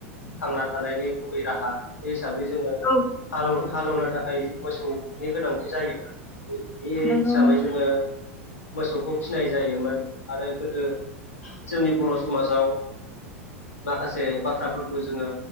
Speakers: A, on the left; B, on the left.
A: थांना थानायनि गुबै राहा बे हिसाबै जोङो
B: औ
A: हालाव हालेवनो थाखाय मोसौनि गोनांथि जायो बे-बे
B: नंगौ
A: हिसाबै
B: नों
A: जोङो मोसौखौ फिनाय जायोमोन आरो गोदो जोंनि बर' समाजाव माखासे बाथ्राफोरखौ जोङो